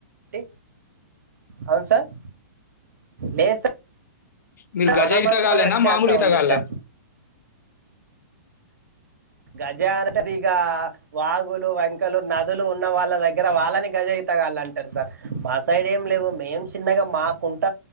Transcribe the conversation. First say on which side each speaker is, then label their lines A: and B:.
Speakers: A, on the right; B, on the left.
A: టి అవును సార్ లేద్ సార్
B: మీరు గజా
A: మన
B: ఈతగాలేనా
A: మంది మన వచ్చే
B: మామూలు
A: అంత
B: ఈతగాల్ల
A: ఉంది సార్
B: ఆ
A: గజ అనంటేది ఇగా వాగులు, వంకలు, నదులు ఉన్న వాళ్ళ దగ్గర వాళ్ళని గజ ఈతగాల అంటారు. సార్ మా సైడ్ ఏం లేవు మేం చిన్నగా. మా కుంట